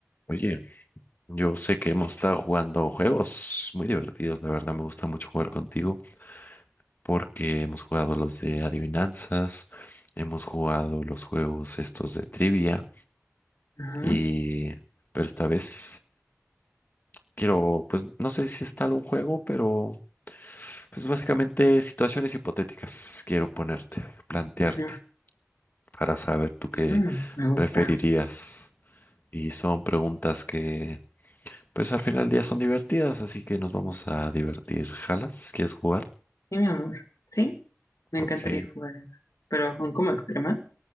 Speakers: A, on the left; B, on the left.
A: Oye, yo sé que hemos estado jugando juegos muy divertidos, la verdad me gusta mucho jugar contigo porque hemos jugado los de adivinanzas, hemos jugado los juegos estos de trivia
B: Ajá,
A: y pero esta vez quiero, pues no sé si es tal un juego, pero pues básicamente situaciones hipotéticas quiero ponerte, plantearte
B: ajá,
A: para saber tú qué
B: ajá, me gusta.
A: preferirías y son preguntas que Pues al final del día son divertidas, así que nos vamos a divertir. ¿Jalas? ¿Quieres jugar?
B: Sí, mi amor. Sí, me
A: Ok.
B: encantaría jugar eso. Pero son como extremas.